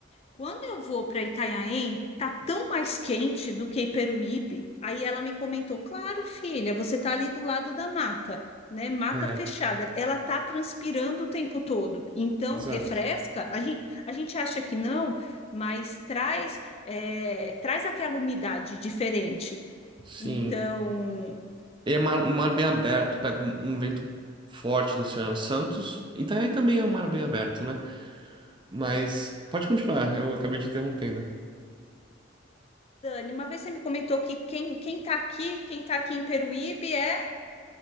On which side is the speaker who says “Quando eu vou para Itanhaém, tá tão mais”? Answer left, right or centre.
Left